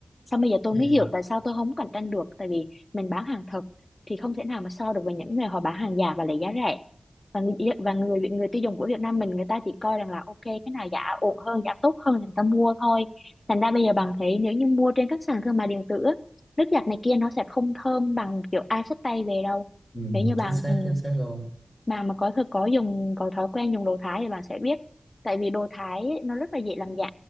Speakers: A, on the left; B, in the centre.
A: Xong bây giờ tôi
B: ừ,
A: mới hiểu tại sao tôi không cạnh tranh được tại vì mình bán hàng thật thì không thể nào mà so được với những người họ bán hàng giả và lấy giá rẻ và người và người người tiêu dùng của Việt Nam mình người ta chỉ coi rằng là ok cái nào giá ổn hơn giá tốt hơn thì người ta mua thôi thành ra bây giờ bạn thấy nếu như mua trên các sàn thương mại điện tử á, nước giặt này kia nó sẽ không thơm bằng kiểu ai xách tay về đâu
B: ừ,
A: nếu như bạn
B: chính xác
A: ừ,
B: chính xác luôn
A: mà mà có thực có dùng có thói quen dùng đồ Thái thì bạn sẽ biết tại vì đồ Thái ấy, nó rất là dễ làm giả